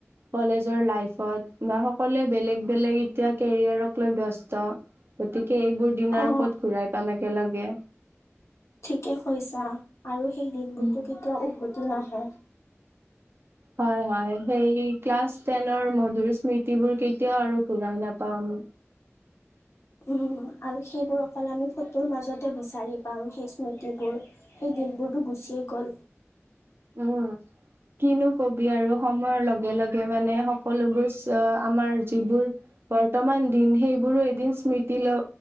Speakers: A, on the right (about 55°); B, on the left (about 75°).
A: কলেজৰ লাইফত বা সকলোৱে বেলেগ বেলেগ এতিয়া কেৰিয়াৰক লৈ ব্যস্ত। গতিকে এইবোৰ দিন
B: অ
A: আৰু ক'ত ঘুৰাই পাম একেলগে।
B: ঠিকে কৈছা আৰু সেই দিনবোৰতো
A: উম
B: কেতিয়াও উভতি নাহে।
A: হয় হয় সেই ক্লাছ টেনৰ মধুৰ স্মৃতি বোৰ কেতিয়াও আৰু ঘূৰাই নাপাম
B: উম আৰু সেইবোৰ অকল আমি ফটোৰ মাজতে বিচাৰি পাম সেই স্মৃতিবোৰ। সেই দিনবোৰতো গুচিয়েই গ'ল।
A: উম কিনো কবি আৰু সময়ৰ লগে লগে মানে সকলোবোৰ আ আমাৰ যিবোৰ বৰ্তমান দিন সেইবোৰো এদিন স্মৃতি ল